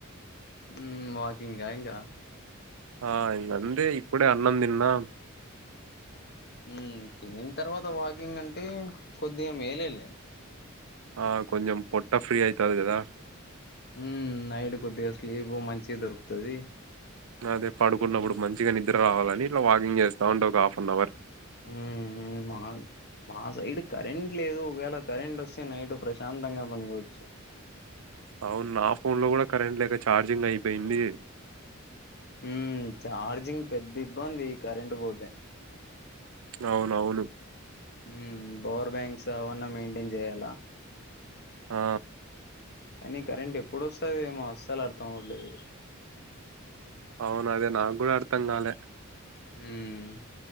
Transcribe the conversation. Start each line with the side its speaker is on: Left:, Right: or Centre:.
Left: ఊ వాకింగ ఇంకా
Right: ఆ ఇగ అంతే ఇప్పుడే అన్నం తిన్నా
Left: ఉ తినిన్ తర్వాత వాకింగ్ అంటే కొద్దిగా మేలే లే
Right: ఆ కొంచెం పొట్ట ఫ్రీ అవుతుంది కదా
Left: ఉ నైడ్ కొద్దిగా స్లీపు మంచి దొరుకుతది
Right: అదే పడుకున్నప్పుడు మంచిగా నిద్ర రావాలని ఇట్లా వాకింగ్ చేస్తా ఉంటా ఒక హాఫ్ అన్ అవర్
Left: ఊ ఉ మా మా సైడ్ కరెంట్ లేదు ఒకవేళ కరెంట్ వస్తే నైట్ ప్రశాంతంగా పనుకోవచ్చు
Right: అవును నా ఫోన్ లో కూడా కరెంట్ లేక ఛార్జింగ్ అయిపోయింది
Left: ఊ చార్జింగ్ పెద్ద ఇబ్బంది కరెంట్ పోతే
Right: అవునవును
Left: ఊ బవర్ బ్యాంక్స్ అవన్న మెయింటైన్ చేయాల
Right: ఆ
Left: కానీ కరెంట్ ఎప్పుడు వస్తుదేమో అస్సలు అర్థం అవట్లేదు
Right: అవును అదే నాకు కూడా అర్థం కాలే
Left: ఉమ్